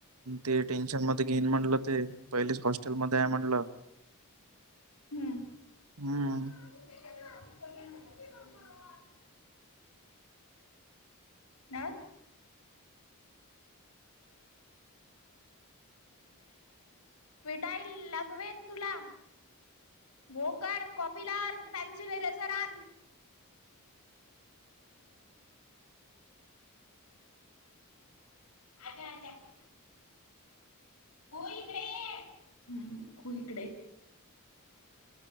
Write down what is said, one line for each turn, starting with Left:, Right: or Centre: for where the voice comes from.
Right: ते टेन्शन मध्ये घेईन म्हणलं ते, पहिलेच हॉस्टेलमध्ये आहे म्हणलं.
Left: हम्म
Right: हम्म.
Left: <inaudible> अ पिटाईल लागवेन तुला. वो कर कॉपीला ओर पेन्सिल इरेझर आण. <unintelligible> <unintelligible> हम खु इकडे